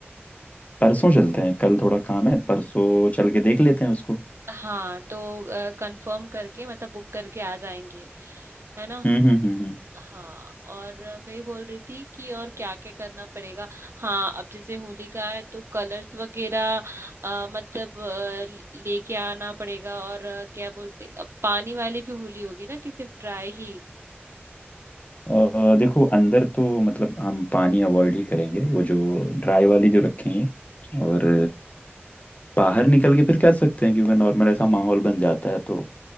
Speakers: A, on the left (about 35°); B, on the right (about 80°).
A: परसों चलते हैं कल थोड़ा काम है परसों चल के देख लेते हैं उसको
B: हाँ तो कंफर्म करके मतलब बुक करके आ जाएंगे है ना
A: हम्म हम्म हम्म हम्म।
B: हाँ और मैं ये बोल रही थी कि और क्या क्या करना पड़ेगा हाँ अब जैसे होली का है तो कलर्स वगैरह अ, मतलब अ, लेके आना पड़ेगा और अ, क्या बोलते अब पानी वाली भी होली होगी ना कि सिर्फ ड्राई ही
A: अ, देखो अंदर तो मतलब हम पानी अवॉइड ही करेंगे वो जो ड्राई वाली जो रखेंगे और बाहर निकल के फिर कर सकते हैं क्योंकि नॉर्मल ऐसा माहौल बन जाता है तो